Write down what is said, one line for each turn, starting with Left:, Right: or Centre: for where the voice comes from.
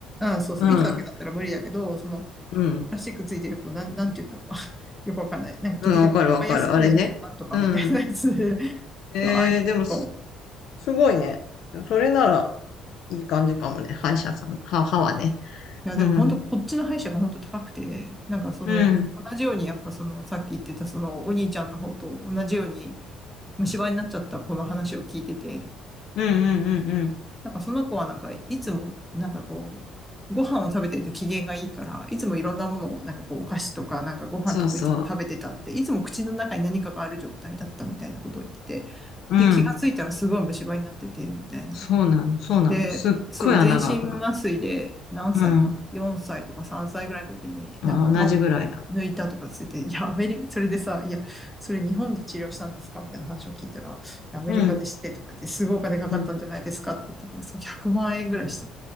Centre: うん、そうそう、
Left: うん、
Centre: 糸だけだったら無理だけど、その、
Left: うん、
Centre: ラスチックついてる、こう、なん、なんて言うんだろう。<laughs> よくわかんない。なんか時々、
Left: うん、わかるわかる。
Centre: バイアス製薬のなんとかみたいなやつで、
Left: あれね。うん。
Centre: <laughs>
Left: えー、
Centre: そう、ああいうの
Left: でもす、すごいね。それなら、いい感じかもね。歯医者さん、歯、歯はね。
Centre: いや、でも本当、
Left: うん。
Centre: こっちの歯医者が本当高くて、なんかその、
Left: うん。
Centre: 同じようにやっぱその、さっき言ってたその、お兄ちゃんの方と同じように虫歯になっちゃった子の話を聞いてて、
Left: うん、うん、うん、うん。
Centre: なんかその子はなんか、いつも、なんかこう、ご飯を食べてると機嫌がいいから、いつもいろんなものを、なんかこう、お菓子とか、なんかご飯とかいつも食べてたって、
Left: そうそう。
Centre: いつも口の中に何かがある状態だったみたいなことを言ってて、
Left: うん。
Centre: で、気がついたらすごい虫歯になってて、みたいな。
Left: そうなの、そうなの。
Centre: で、
Left: すっごい穴が開くの。
Centre: そう、全身麻酔で何歳かな
Left: うん。
Centre: ?4 歳とか3歳ぐらいの時になんか何本か抜いたとかつってて、
Left: あ同じぐらいだ。
Centre: いや、アメリカ、それでさ、いや、それ日本で治療したんですかみたいな話を聞いたら、アメリカで知ってとか言って、
Left: うん。
Centre: すごいお金かかったんじゃないですかって言ったら、
Left: うん。
Centre: そう、100万円ぐらいした。